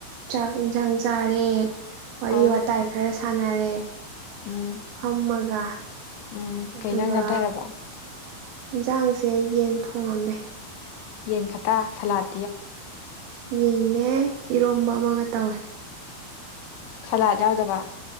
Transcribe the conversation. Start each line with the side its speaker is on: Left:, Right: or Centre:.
Right: ꯆꯥꯛ ꯌꯦꯟꯁꯥꯡ ꯆꯥꯔꯦ ꯋꯥꯔꯤ
Left: ꯑꯥ
Right: ꯋꯥꯇꯥꯏ ꯈꯔ ꯁꯥꯟꯅꯔꯦ
Left: ꯎꯝ
Right: ꯐꯝꯃꯒ
Left: ꯎꯝ
Right: ꯑꯗꯨꯒ
Left: ꯀꯩ ꯏꯟꯖꯥꯡ ꯆꯥꯊꯔꯕ
Right: ꯌꯦꯟꯁꯥꯡꯁꯦ ꯌꯦꯟ ꯊꯣꯡꯉꯝꯃꯦ
Left: ꯌꯦꯟꯈꯥꯠꯇ ꯁꯂꯥꯠ
Right: ꯌꯦꯟꯅꯦ ꯏꯔꯣꯝꯕ ꯑꯃꯒ ꯇꯧꯋꯦ
Left: ꯁꯣꯂꯥꯠ <unintelligible> ꯌꯥꯎꯗꯕ